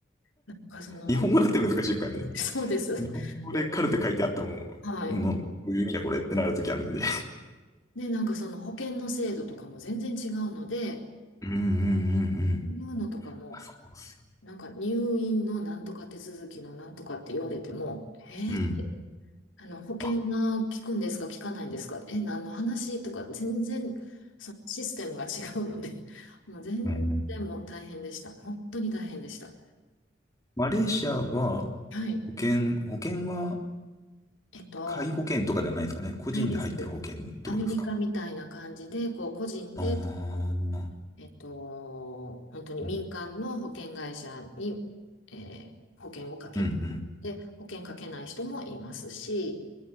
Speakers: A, on the left; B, on the left.
A: なんかその、
B: 日本語だって難しいっすからね。
A: <laughs> そうです。
B: 日本語でカルテ書いてあっても、
A: でも、はい。
B: うん、どういう意味だこれってなるときあるんで。
A: で、なんかその保険の制度とかも全然違うので、
B: うんうんうんうん。
A: そういうのとかも、
B: まあ、そうっすよね
A: なんか入院のなんとか手続きのなんとかって言われても、え
B: うん。
A: あの、保険が効くんですか、
B: あ、
A: 効かないんですか、え、何の話とか、全然、そのシステムが違うので、<laughs> もう全然もう大変でした。
B: うん。
A: 本当に大変でした。
B: マレーシアは、
A: はい。
B: 保険、保険は、
A: えっと、
B: 皆保険とかではないですかね。個人で入ってる保険ってことですか。
A: ないです。アメリカみたいな感じで、こう、個人で、
B: ああ、
A: その
B: うん、
A: えっと、本当に民間の保険会社に、
B: うん。
A: えー保険をかけて、
B: うん
A: で、保険かけない人もいますし、